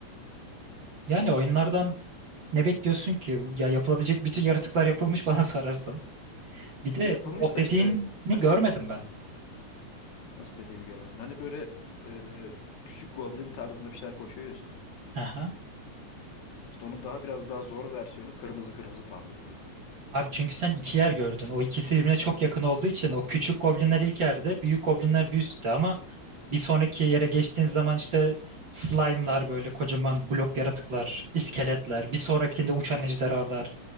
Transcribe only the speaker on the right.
Yani oyunlardan ne bekliyorsun ki? Ya yapılabilecek bütün yaratıklar yapılmış <laughs> bana sorarsan. Bir de
o
dediğini
görmedim ben.
Aha.
Abi çünkü sen iki yer gördün. O ikisi birbirine çok yakın olduğu için o küçük goblinler ilk yerde, büyük goblinler bir üstte ama bir sonraki yere geçtiğin zaman işte slime'lar böyle kocaman blok yaratıklar, iskeletler, bir sonrakinde uçan ejderhalar.